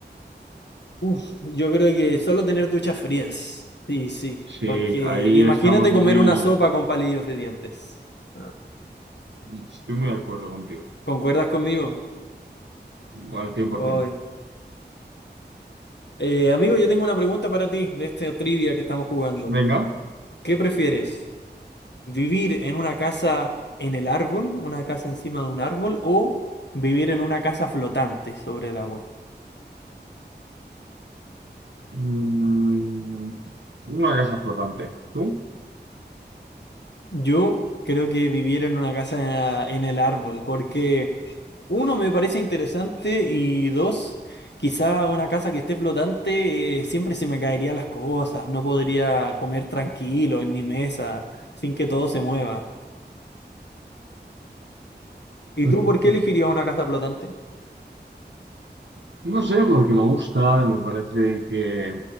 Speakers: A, on the left; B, on the right.
A: Uf, yo creo que solo tener duchas frías. Sí, sí,
B: Sí,
A: porque
B: ahí
A: imagínate
B: estamos muy...
A: comer una sopa con palillos de dientes. Ah,
B: Estoy muy de acuerdo contigo.
A: ¿Concuerdas conmigo?
B: Al 100%.
A: Oy. Eh, amigo, yo tengo una pregunta para ti de esta trivia que estamos jugando.
B: Venga.
A: ¿Qué prefieres? ¿Vivir en una casa en el árbol, una casa encima de un árbol, o vivir en una casa flotante sobre el agua?
B: Mm, una casa flotante. ¿Tú?
A: Yo creo que vivir en una casa en el árbol, porque uno me parece interesante y dos, quizá una casa que esté flotante, eh, siempre se me caerían las cosas, no podría comer tranquilo en mi mesa sin que todo se mueva. ¿Y
B: <laughs>
A: tú por qué elegirías una casa flotante?
B: No sé, porque me gusta, me parece que